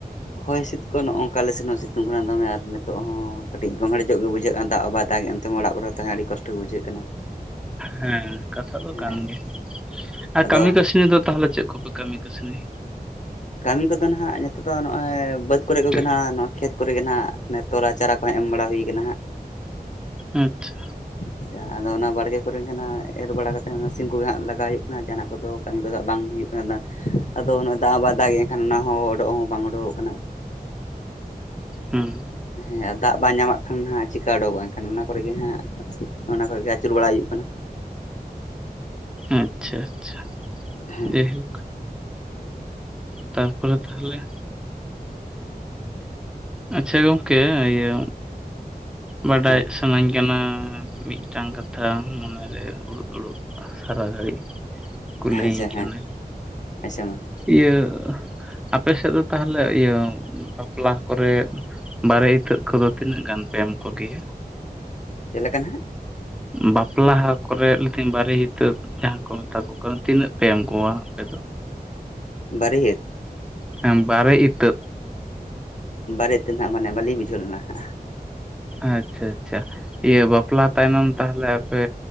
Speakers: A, on the left (about 50°); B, in the centre.
A: ᱦᱚᱭ ᱦᱤᱸᱥᱤᱫ ᱠᱚᱦᱚ ᱱᱚᱼᱚᱝᱠᱟ ᱟᱞᱮ ᱥᱮᱱ ᱦᱚᱸ ᱥᱤᱛᱩᱝ ᱠᱟᱱᱟ ᱫᱚᱢᱮ ᱟᱨ ᱱᱤᱛᱚᱜ ᱦᱚᱸ ᱠᱟᱹᱴᱤᱡ ᱜᱚᱢᱦᱮᱲᱧᱚᱜ ᱜᱮ ᱵᱩᱡᱷᱟᱹᱜᱼᱟ ᱠᱟᱱᱟ ᱫᱟᱜ ᱦᱚᱸ ᱵᱟᱭ ᱫᱟᱜ ᱮᱜᱼᱟ ᱚᱲᱟᱜ ᱠᱚᱨᱮ ᱛᱟᱦᱮᱸ ᱟᱹᱰᱤ ᱠᱚᱥᱴᱚ ᱵᱩᱡᱷᱟᱹᱜ ᱠᱟᱱᱟ
B: ᱦᱮᱸ ᱠᱟᱛᱷᱟ ᱫᱚ
A: ᱦᱮᱸ
B: ᱠᱟᱱ ᱜᱮᱭᱟ ᱟᱨ
A: ᱟᱫᱚ
B: ᱠᱟᱹᱢᱤ ᱠᱟᱹᱥᱱᱤ ᱫᱚ ᱛᱟᱦᱚᱞᱮ ᱪᱮᱫ ᱠᱚᱯᱮ ᱠᱟᱹᱢᱤ ᱠᱟᱹᱥᱱᱤ
A: ᱠᱟᱹᱢᱤ ᱠᱚᱫᱚ ᱱᱟᱦᱟᱜ ᱱᱤᱛᱚᱜ ᱫᱚ ᱱᱚᱜᱼᱚᱭ ᱵᱟᱹᱫᱽ ᱠᱚᱨᱮ
B: ᱟᱪᱪᱷᱟ
A: ᱠᱚᱜᱮ ᱱᱟᱦᱟᱜ ᱱᱚᱜ ᱠᱷᱮᱛ ᱠᱚᱨᱮ ᱜᱮ ᱱᱟᱦᱟᱜ ᱱᱮᱛᱚᱨᱟ ᱪᱟᱨᱟ ᱠᱚᱦᱟᱜ ᱮᱢ ᱵᱟᱲᱟ ᱦᱩᱭ ᱟᱠᱟᱱᱟ ᱦᱟᱜ
B: ᱟᱪᱪᱷᱟ
A: ᱟᱪᱪᱷᱟ ᱟᱫᱚ ᱚᱱᱟ ᱵᱟᱲᱜᱮ ᱠᱚᱨᱮ ᱡᱟᱦᱟᱱᱟᱜ ᱮᱨ ᱵᱟᱲᱟ ᱠᱟᱛᱮᱫ ᱚᱱᱟ ᱥᱤᱢ ᱠᱚᱜᱮ ᱦᱟᱜ ᱞᱟᱜᱟᱭ ᱦᱩᱭᱩᱜ ᱠᱟᱱᱟ ᱡᱟᱦᱟᱱᱟᱜ ᱠᱚᱫᱚ ᱠᱟᱹᱢᱤ ᱠᱚᱫᱚ ᱦᱟᱜ ᱵᱟᱝ ᱦᱩᱭᱩᱜ ᱠᱟᱱᱟ <unintelligible> ᱟᱫᱚ ᱱᱚᱼᱚᱭ ᱫᱟᱜ ᱵᱟᱭ ᱫᱟᱜ ᱮᱱᱠᱷᱟᱱ ᱚᱱᱟ ᱦᱚᱸ ᱩᱰᱚᱜ ᱦᱚᱸ ᱵᱟᱝ ᱩᱰᱩᱠᱚᱜ ᱠᱟᱱᱟ
B: ᱦᱩᱸ
A: ᱦᱮᱸ ᱫᱟᱜ ᱵᱟᱭ ᱧᱟᱢᱟᱜ ᱠᱷᱟᱱ ᱦᱟᱜ ᱪᱤᱠᱟ ᱩᱰᱩᱠᱚᱜᱼᱟ ᱮᱱᱠᱷᱟᱱ ᱚᱱᱟ ᱠᱚᱨᱮ ᱜᱮ ᱦᱟᱸᱜ ᱚᱱᱟ ᱠᱷᱚᱡ ᱜᱮ ᱟᱹᱪᱩᱨ ᱵᱟᱲᱟᱭ ᱦᱩᱭᱩᱜ ᱠᱟᱱᱟ᱾
B: ᱟᱪᱪᱷᱟ ᱟᱪᱪᱷᱟ
A: ᱦᱮᱸ
B: ᱡᱮᱦᱤ ᱛᱟᱨᱯᱚᱨᱮ ᱛᱟᱦᱚᱞᱮ ᱟᱪᱪᱷᱟ ᱜᱚᱝᱠᱮ ᱤᱭᱟᱹ, ᱵᱟᱰᱟᱭᱚᱜ
A: ᱦᱮᱸ
B: ᱥᱟᱱᱟᱧ ᱠᱟᱱᱟ᱾ ᱢᱤᱫᱴᱟᱝ ᱠᱟᱛᱷᱟ ᱢᱚᱱᱮᱨᱮ ᱩᱲᱩᱫ ᱩᱲᱩᱫ ᱥᱟᱨᱟ ᱜᱷᱟᱹᱲᱤᱡ᱾ ᱠᱚ ᱞᱟᱹᱭ
A: ᱟᱪᱪᱷᱟ
B: ᱟᱹᱧ
A: ᱦᱮᱸ
B: ᱠᱟᱱᱟ᱾
A: ᱟᱪᱪᱷᱟ ᱢᱟ
B: ᱤᱭᱟᱹ, ᱟᱯᱮ ᱥᱮᱫ ᱫᱚ ᱛᱟᱦᱚᱞᱮ ᱤᱭᱟᱹ ᱵᱟᱯᱞᱟ ᱠᱚᱨᱮ ᱵᱟᱨᱮ ᱤᱛᱟᱹᱜ ᱠᱚᱫᱚ ᱛᱤᱱᱟᱹᱜ ᱜᱟᱱ ᱯᱮ ᱮᱢ ᱠᱚ ᱜᱮᱭᱟ?
A: ᱪᱮᱫ ᱞᱮᱠᱟ ᱱᱟᱦᱟᱜ?
B: ᱵᱟᱯᱞᱟᱦᱟ ᱠᱚᱨᱮ ᱞᱤᱛᱤᱧ ᱵᱟᱨᱤ ᱦᱤᱛᱟᱹᱜ ᱡᱟᱦᱟᱸ ᱠᱚ ᱢᱮᱛᱟ ᱠᱚ ᱠᱟᱱ ᱛᱤᱱᱟᱹᱜ ᱯᱮ ᱮᱢ ᱠᱚᱣᱟ ᱟᱯᱮ ᱫᱚ?
A: ᱵᱟᱨᱤ ᱦᱤᱛ᱾
B: ᱦᱮᱢ ᱵᱟᱲᱮ ᱤᱛᱟᱹᱯ᱾
A: ᱵᱟᱲᱮ ᱛᱮᱱᱟᱜ ᱢᱟᱱᱮ ᱵᱟᱹᱞᱤᱧ ᱵᱩᱡᱷᱟᱹᱣ ᱞᱮᱱᱟ ᱦᱟᱸᱜ᱾
B: ᱟᱪᱪᱷᱟ ᱟᱪᱪᱷᱟ᱾ ᱤᱭᱟᱹ ᱵᱟᱯᱞᱟ ᱛᱟᱭᱱᱚᱢ ᱛᱟᱦᱚᱞᱮ ᱟᱯᱮ